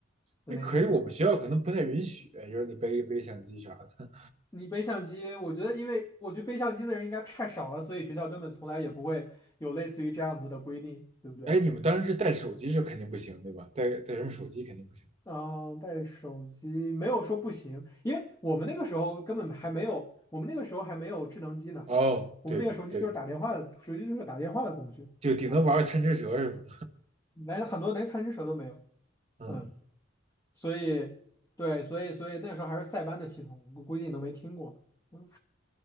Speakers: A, on the left; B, on the right.
A: 的那种人。
B: 那可是我们学校可能不太允许，就是你背背相机啥的。
A: 你背相机，我觉得，因为我觉得背相机的人应该太少了，所以学校根本从来也不会有类似于这样子的规定，对不对？
B: 哎，你们当时是带手机是肯定不行，对吧？带带什么手机肯定不行。
A: 嗯，带手机没有说不行，因为我们那个时候根本还没有，我们那个时候还没有智能机呢，
B: 哦，
A: 我们那个手机就是打电话的，
B: 对对，
A: 手机就是个打电话的工具啊，
B: 就顶能玩个贪吃蛇是吧？
A: 来了很多连探针蛇都没有。
B: 嗯，
A: 嗯，所以对，所以所以那时候还是塞班的系统，我估计你都没听过。嗯